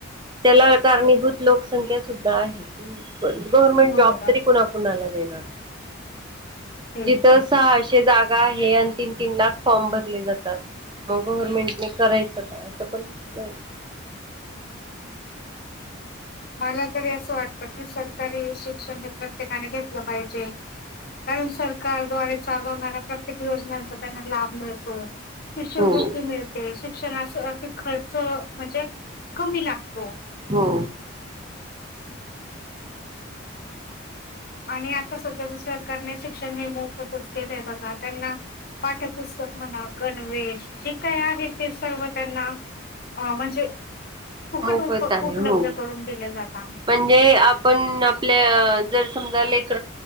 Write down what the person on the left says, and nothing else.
बरोबर
तेच
तर
<inaudible> मला तरी असं वाटत की सरकारी शिक्षण घेत ठिकाणी घेतलं पाहिजे कारण सरकारद्वारे- चालवणार्या प्रत्येक योजनांचा त्यांना लाभ मिळतो. शिष्यवृत्ती
मिळते. शिक्षणास <unintelligible> खर्च म्हणजे कमी लागतो.
आणि आता सगळ सरकारने शिक्षण हे मोफतच केलंय बघा त्यांना पाठपुस्तक- म्हणा गणवेश जे काय आहे ते सर्व त्यांना अ म्हणजे. फुकट
उप
उपलब्ध
करून दिले जातात.